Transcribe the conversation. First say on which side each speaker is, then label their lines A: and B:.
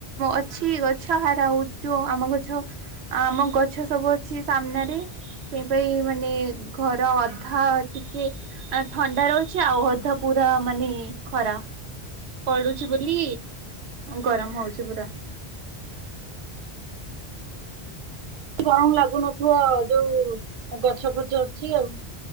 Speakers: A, on the right; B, on the right.
A: ଅଛି ଗଛ ହାରା ହଉ ଯୋଉ ଆମ ଗଛ ଆମ ଗଛ ସବୁ ଅଛି ସାମ୍ନାରେ। ସେଇ ପାଇଁ ମାନେ ଘର ଅଧା ଟିକେ ଆଁ ଥଣ୍ଡା ରହୁଛି ଆଉ ଅଧା ପୁରା ମାନେ ଖରା। ପଡୁଛି ବୋଲି ଗରମ ହଉଛି ପୁରା।
B: ଗରମ ଲାଗୁନଥୁବ ଯୋଉ ଗଛ ଫଛ ଅଛି ଆଉ।